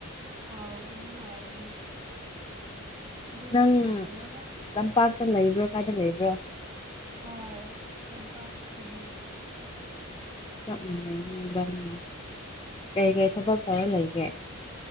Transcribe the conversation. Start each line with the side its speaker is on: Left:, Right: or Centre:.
Right: ꯍꯥꯎꯕꯅꯦ ꯍꯥꯎꯕꯅꯦ <unintelligible>
Left: ꯅꯪ ꯇꯝꯄꯥꯛꯇ ꯂꯩꯕ꯭ꯔꯣ ꯀꯥꯏꯗ ꯂꯩꯕ꯭ꯔꯣ
Right: ꯍꯣꯏ ꯇꯝꯄꯥꯛꯇꯅꯤ
Left: ꯆꯞ ꯃꯥꯟꯅꯩꯅꯦ ꯏꯕꯅꯤꯗꯤ ꯀꯩꯀꯩ ꯊꯕꯛ ꯇꯧꯔ ꯂꯩꯒꯦ